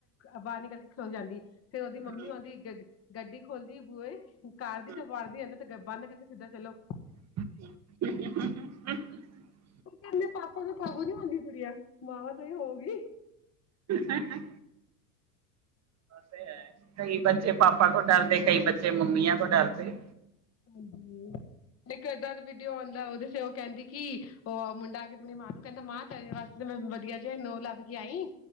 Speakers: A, on the left (about 30°); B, on the right (about 35°).
A: ਬਾਹਰ ਨਿਕਲ ਕੇ ਖਲੋ ਜਾਂਦੀ, ਫਿਰ ਉਦੀ
B: ਹੂੰ
A: ਮੰਮੀ ਆਉਦੀ। ਗੱਡੀ ਖੋਲਦੀ ਬੂਏ ਕਾਰ
B: ਹੂੰ,
A: ਦੀ ਤੇ ਵਾਰਦੀ ਆ ਤੇ ਬੰਦ ਸਿੱਧਾ ਚਲੋ।
B: <inaudible>
A: ਉਹ ਕਹਿੰਦੇ ਪਾਪਾ ਤੋ ਕਾਬੂ ਨੀ ਆਉਦੀ ਕੁੜੀਆਂ, ਮਾਵਾਂ ਤੋਂ ਈ ਹੋਊਗੀ।
B: ਹਾਂ ਤੇ ਏ। ਕਈ ਬੱਚੇ ਪਾਪਾ ਕੋਲ ਡਰਦੇ। ਕਈ ਬੱਚੇ ਮੰਮੀਆਂ ਕੋ ਡਰਦੇ।
A: ਹਾਂਜੀ। ਨ ਏਦਾਂ ਦਾ ਵੀਡੀਓ ਆਉਦਾ। ਉਹਦੇ ਚ ਉਹ ਕਹਿੰਦੀ ਕਿ ਉਹ ਮੁੰਡਾ ਆ ਕੇ ਆਪਣੀ ਮਾਂ ਨੂੰ ਕਹਿੰਦਾ ਮਾਂ ਤੇਰੇ ਵਾਸਤੇ ਤੇ ਮੈਂ ਵਧੀਆ ਜੇ ਨੂਹ ਲੱਭ ਕੇ ਆਈ।